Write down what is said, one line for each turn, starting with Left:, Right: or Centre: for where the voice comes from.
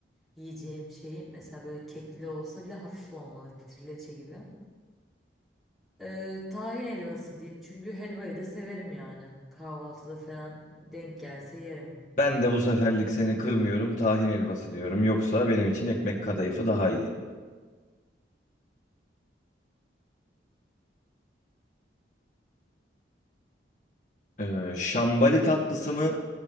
Centre: yiyeceğim şeyim. Mesela böyle kekli olsa bile hafif olmalı. Trileçe gibi. Ee, tahin helvası diyeyim. Çünkü helvayı da severim yani. Kahvaltıda falan denk gelse yerim.
Left: Ben de bu seferlik seni kırmıyorum tahin helvası diyorum. Yoksa benim için ekmek kadayıfı daha iyi. E, şambali tatlısı mı